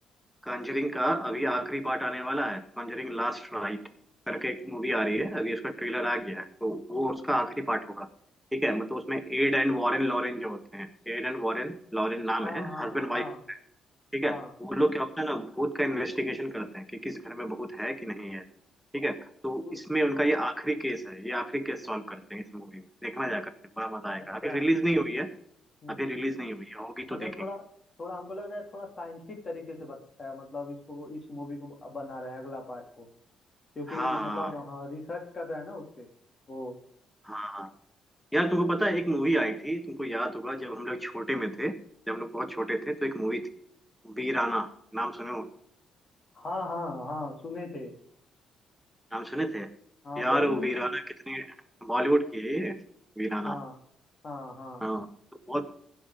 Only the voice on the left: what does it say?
हाँ
हाँ
हाँ
हाँ
उ-
अच्छा
हम्म
हम्म
मतलब
थोड़ा थोड़ा हमको लग रहा है थोड़ा साइंटिफिक तरीके से बताया मतलब इसको इस मूवी को बना रहे हैं अगला पार्ट को क्योंकि
मतलब हाँ रिसर्च कर रहे हैं ना उस पे तो
हाँ हाँ हाँ सुने थे
हाँ
बॉलीवुड
हाँ हाँ हाँ